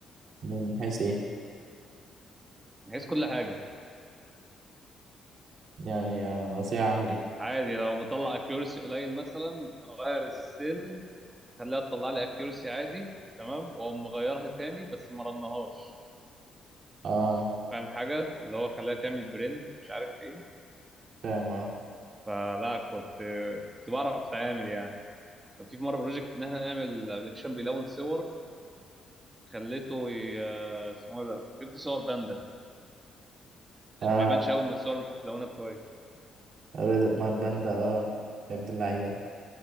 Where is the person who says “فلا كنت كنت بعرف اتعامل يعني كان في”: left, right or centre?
Right